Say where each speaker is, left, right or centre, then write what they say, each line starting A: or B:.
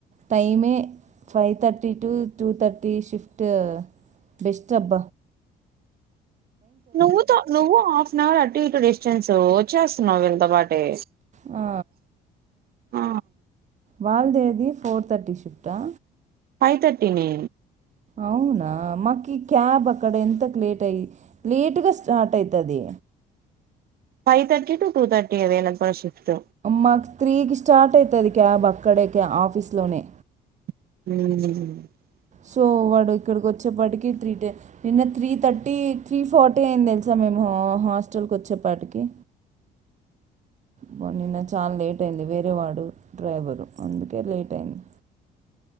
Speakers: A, on the right; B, on the right.
A: టైమే five thirty to two thirty shift బెస్తబ్బ
B: నువ్వుతో నువ్వు హాఫ్ అన్ అవర్ అటు ఇటు డిస్టెన్స్ వచ్చేస్తున్నావు్ వీళ్ళతో పాటే
A: ఆ
B: ఆ
A: వాళ్దేదది ఫోర్ తర్టీ షిఫా
B: ఫైవ్ తర్టీ నే
A: అవునా మాకు ఈ క్యాబ్ అక్కడ ఎంతకు లేట్ అయ లేటుగా స్టార్ట్ అవుతుంది
B: ఫైవ్ర్టీ ూ టూర్టీ అేకు కూడా షిఫట్
A: మాకు త్రీకి స్టార్ట్ అవుతుంది క్యాబ్ అక్కడే ఆఫీస్లోనే
B: హ
A: సో వాడు ఇక్కడికి వచ్చేప్పటికి త్రీ టే నిన్న త్రీ థర్టీ త్రీ ఫార్టీ అయింది తెలుసా మేము హాస్టల్కి వచ్చేప్పటికి పో నిన్న చాలా లేట్ అయింది వేరేవాడు డ్రైవరు అందుకే లేట్ అయింది